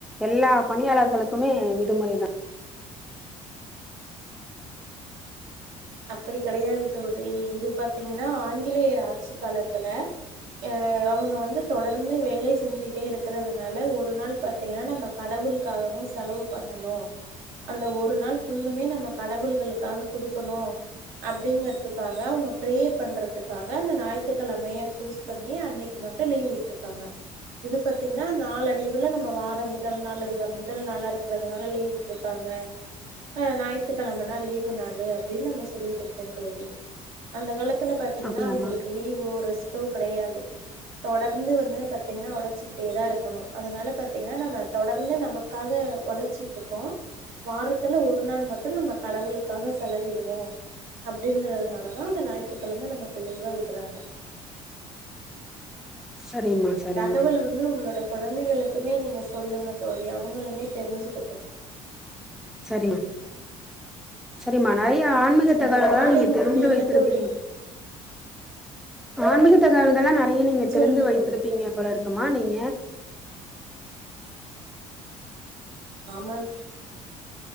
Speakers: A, in the centre; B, on the right.
A: எல்லா பணியாளர்களுக்குமே விடுமுறை தா
B: அப்படி கெடையாது தோழி இது பத் பாத்தீங்கன்னா ஆங்கிலேயர் ஆட்சி காலத்தில அ அவுங் இங்க வந்து தொடர்ந்து வேல செஞ்சுகிட்டே இருக்கிறதுனால ஒரு நாள் பாத்தீங்கன்னா நம்ம கடவுளுக்காகவு செலவு பண்ணணு அந்த ஒரு நாள் ஃபுல்லுமே நம்ம கடவுள்களுக்காக குடுக்கணு அப்டிங்கறதுக்காக அவுங்க பிரேயர் பண்றதுக்காக அந்த ஞாயி்த்துகிழமய சூஸ் பண்ணி அன்னைக்கு மட்டும் லீவ் விட்ருக்காங்க இது பாத்தீங்கன்னா நாலடிவுல நம்ம வார முதல் நாள் இருக்க முதல் நாளா இருக்கு ங்கிறதுநால லீவ் விட்ருக்காங்க ஆ ஞாயித்துக்கிழம நா லீவு நாளு அப்படின்னு நம்ம சொ சொல்லிட்ருக்கோ தோழி அந்த காலத் த்ல பாத்தீங்கன்னா
A: அப்படியாம்மா
B: அவுங்களுக்கு லீவோ ரெஸ்ட்டோ கடையாது தொடர்ந்து வந்து பாத்தீங்கன்னா உழச்சிக்கிட்டேதா இருக்கணு அதனால பாத்தீங்கன்னா நம்ம தொடர்ந்து நமக்காக உழச்சட்டு இருக்கோ வாரத்துல ஒரு நாள் மட்டு நம்ம கடவுளுக்காக செலவிடுவோ அப்படிங்கறதுனாலதா அந்த ஞாயித்துக்கெழம நமக்கு லீவா விடுறாங்க
A: சரிம்மா
B: இந்த
A: சரிம்மா
B: தகவல வந்து உங்களோட குழந்தைகளுக்குமே நீங்க சொல்லுங்க தோழி அவங்களுமே தெரிஞ்சுக்கட்டு
A: செரிமா சரிம்மா நறய ஆன்மீக தகவல்கலா
B: அ காலை
A: நீங்க
B: உணவு
A: தெரிந்து
B: என்ன
A: வைத்திருப்பீங்க
B: தோழி
A: ஆன்மீக ட்டதால தான நா <unintelligible> நீங்க
B: சொல்லுங்க
A: தெரிந்து வைத்திருப்பீங்கப்போல
B: தோழி
A: இருக்குமா நீங்க
B: ஆமன்